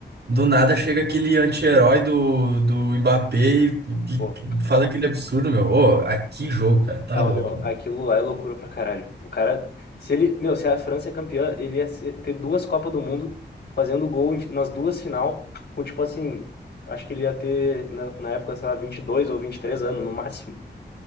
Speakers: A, on the right; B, on the left.
A: do nada chega aquele anti-herói do, do Mbappé e, e
B: Pô,
A: faz aquele absurdo, meu. Ô, aqui jogo, cara, tá
B: Não,
A: louco,
B: meu,
A: meu.
B: aquilo lá é loucura pra caralho. O cara, se ele, meu, se a França é campeã, ele ia ser- ter duas Copas do Mundo fazendo gol em- nas duas final, com tipo assim, acho que ele ia ter na, na época, sei lá, 22 ou 23 anos no máximo.